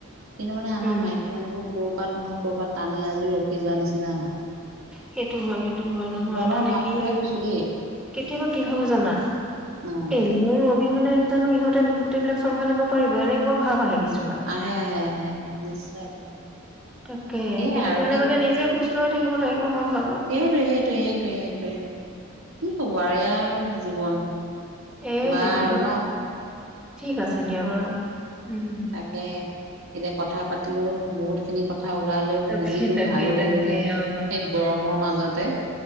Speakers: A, on the right; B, in the centre.
A: কিন্তু মানে আমাৰ
B: উম
A: মাইকী মানুহবোৰ ক'ৰবাত নহয় ক'ৰবাত টানি আজুৰি ৰখি যোৱা নিচিনা হয়।
B: সেইটো হয় সেইটো হয় নহয়
A: মনৰ
B: মানে
A: ভাৱটোহে
B: কি
A: কৈছো দেই
B: কেতিয়াবা কি ভাবো জানা?
A: অ'।
B: এই মোৰ অবিহনে জানো ইহঁতে গোটেই বিলাক চম্ভালিব পাৰিব? এনেকুৱা ভাৱ আহে। কিছুমান
A: আহে আহে আহে আহে নিশ্চয়।
B: তাকে
A: সেয়াই
B: সেইটো
A: আৰু
B: কাৰণে মানে নিজে সুস্থ হৈ থাকিব লাগিব মই। ভাবো
A: এইটো সেইটো এইটোৱে এইটে কি কবা আৰু এয়া আৰু জীৱন।
B: এয়ে
A: বাৰু
B: জীৱন
A: ন?
B: ঠিক আছে দিয়া বাৰু। উম
A: তাকে এতিয়া কথা পাতিলো বহুত খিনি কথা কথা ওলালেও
B: তাকে
A: বুজিলো
B: তাকে
A: ভালো
B: তাকে
A: লাগিলে
B: অ
A: সেই গৰমৰ মাজতে